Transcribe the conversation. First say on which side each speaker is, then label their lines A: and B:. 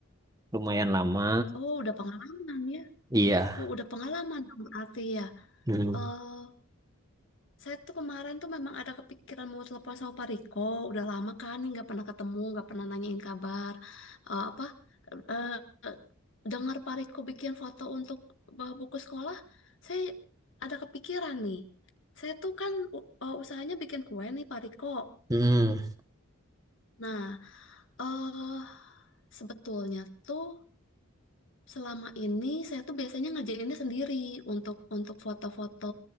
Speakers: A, on the right (about 15°); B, on the left (about 60°).
A: lumayan lama.
B: Oh, udah pengalaman ya.
A: Iya.
B: Oh, udah pengalaman dong berarti ya.
A: Mm.
B: Eh, Saya tuh kemarin tuh memang ada kepikiran mau telepon sama Pak Riko. Udah lama kan nih nggak pernah ketemu, nggak pernah nanyain kabar. Eh, apa? eh eh, dengar Pak Riko bikin foto untuk bawa buku sekolah, saya ada kepikiran nih. Saya tuh kan u- eh, usahanya bikin kue nih Pak Riko.
A: Mm.
B: Nah, eh sebetulnya tuh. Selama ini saya tuh biasanya ngerjainnya sendiri untuk untuk foto-foto